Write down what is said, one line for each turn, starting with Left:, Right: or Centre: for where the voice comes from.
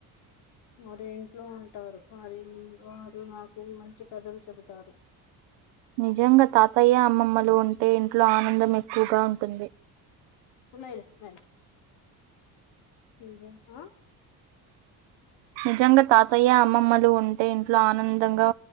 Left: వారు ఇంట్లో ఉంటారు మరియు వారు నాకు మంచి కథలు చెబుతారు.
Right: నిజంగా తాతయ్య, అమ్మమ్మలు ఉంటే ఇంట్లో ఆనందం ఎక్కువుగా ఉంటుంది.
Left: లేదు అదే నిజం ఆ
Right: నిజంగా తాతయ్య, అమ్మమ్మలు ఉంటే ఇంట్లో ఆనందంగా